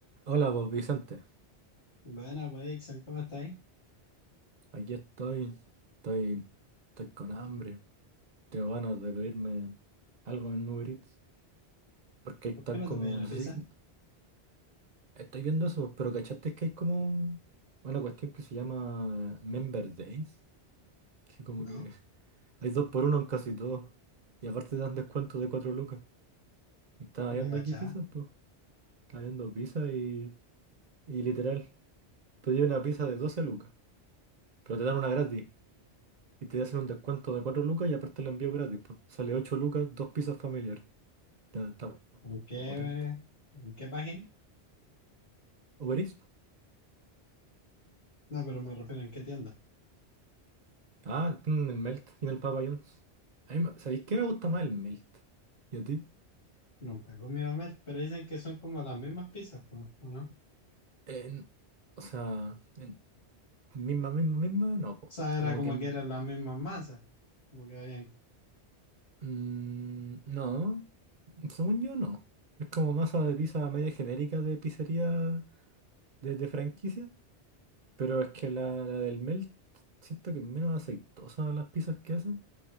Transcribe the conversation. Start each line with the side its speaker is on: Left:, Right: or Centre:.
Right: Hola, vos Vicente.
Left: Buena, pues, Ixen, ¿cómo estáis?
Right: Aquí estoy. Estoy, estoy con hambre. Tengo ganas de pedirme algo en Uber Eats. Porque están
Left: ¿Por qué no
Right: como.
Left: te pedí una
Right: No
Left: pizza?
Right: sé si. Estoy viendo eso, pero ¿cachaste que hay como una cuestión que se llama Member Days? Que como
Left: ¿No?
Right: que <laughs> hay dos por uno en casi todo. Y aparte te dan descuento de cuatro lucas. Y estaba viendo
Left: Una cachada.
Right: aquí pizzas, pues. Estaba viendo pizza y, y literal. Pedí una pizza de 12 lucas. Pero te dan una gratis. Y te hacen un descuento de 4 lucas y aparte el envío gratis, pues. Sale 8 lucas, dos pizzas familiares. Está, está
Left: ¿En qué,
Right: potente.
Left: en qué página?
Right: Uber Eats, po.
Left: No, pero me refiero en qué tienda.
Right: Ah, tienen el Melt y el Papa John's. A mí me- ¿Sabéis qué me gusta más el Melt? ¿Y a ti?
Left: Nunca he comido Mer, pero dicen que son como las mismas pizzas, pues, ¿o no? O
Right: En- o sea, en- misma, misma, misma, no, pues.
Left: sea, era
Right: Como
Left: como
Right: que...
Left: que eran las mismas masas. Como que habían.
Right: mm, no, según yo no. Es como masa de pizza media genérica de pizzería de, de franquicia. Pero es que la, la del Melt, siento que es menos aceitosa las pizzas que hacen.